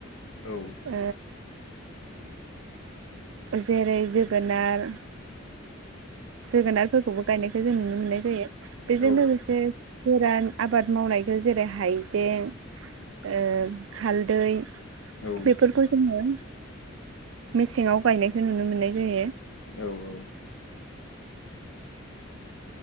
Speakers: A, on the left (about 75°); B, on the right (about 70°).
A: औ
B: ओ जेरै जोगोनार जोगोनारफोरखौबो गायनायखौ जों नुनो मोननाय जायो बेजों
A: औ
B: लोगोसे गोरान आबाद मावनायखौ जेरै हाइजें ओ हालदै
A: औ
B: बेफोरखौ जोंङो मेसेंआव गायनायखौ नुनो मोननाय जायो।
A: औ औ